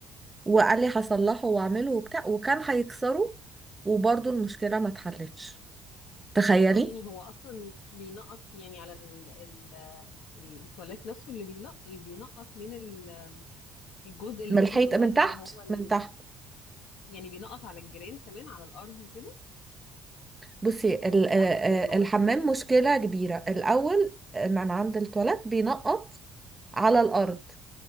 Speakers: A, on the right; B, on the left.
A: وقال لي هصلحه واعمله وبتاع وكان هيكسره وبرضه المشكلة ما اتحلتش تخيلي
B: طب ثواني هو اصلا بينقط يعني على ال... ال... التواليت نفسه اللي بينقط بينقط من ال- الجزء اللي
A: من الحيط
B: فوق ده
A: من
B: اللي
A: تحت
B: هو ال...
A: من تحت
B: يعني بينقط على الجيران كمان على الارض وكده
A: بصي ال-
B: من
A: آه،
B: تحت
A: آه،
B: من المواسير
A: الحمام مشكلة كبيرة الأول آه، من عند التواليت
B: مم.
A: بينقط على الأرض